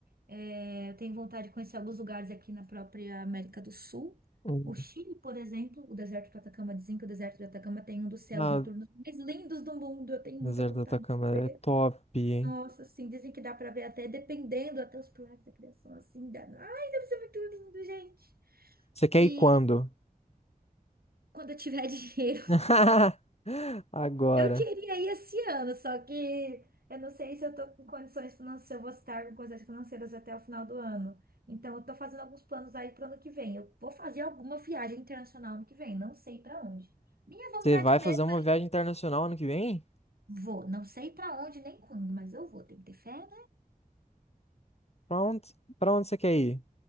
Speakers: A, on the right; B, on the left.
A: É, eu tenho vontade de conhecer alguns lugares aqui na própria América do Sul.
B: Hum.
A: O Chile, por exemplo, o deserto de Atacama, dizem que o deserto de Atacama tem um dos céus
B: Ah,
A: noturnos mais lindos do mundo. Eu tenho
B: deserto
A: muita vontade
B: do Atacama
A: de ver.
B: é top.
A: Nossa, assim, dizem que dá pra ver até dependendo, até os pilares da criação, assim, dá. Ai, deve ser muito lindo, gente.
B: Você quer
A: E
B: ir quando?
A: quando eu tiver <laughs> dinheiro,
B: <laughs> Agora.
A: eu queria ir esse ano, só que eu não sei se eu tô com condições financeiras, se eu vou estar com condições financeiras até o final do ano. Então, eu tô fazendo alguns planos aí para ano que vem. Eu vou fazer alguma viagem internacional ano que vem, não sei para onde. Minha vontade
B: Você vai
A: mesmo,
B: fazer uma viagem internacional ano que vem?
A: vou. Não sei para onde nem quando, mas eu vou. Tem que ter fé.
B: Pra onde, pra onde você quer ir?